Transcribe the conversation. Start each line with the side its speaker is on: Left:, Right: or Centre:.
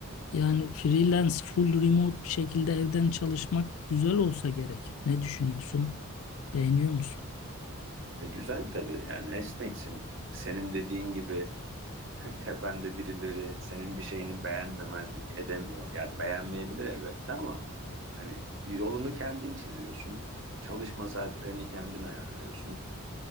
Left: Yani freelance, full remote bir şekilde evden çalışmak güzel olsa gerek. Ne düşünüyorsun? Beğeniyor musun?
Right: E, güzel tabii yani esneksin. Senin dediğin gibi <laughs> tepende birileri senin bir şeyini beğenmemezlik edemiyor. Yani beğenmeyebilir elbette ama hani yolunu kendin çiziyorsun. Çalışma saatlerini kendin ayarlıyorsun.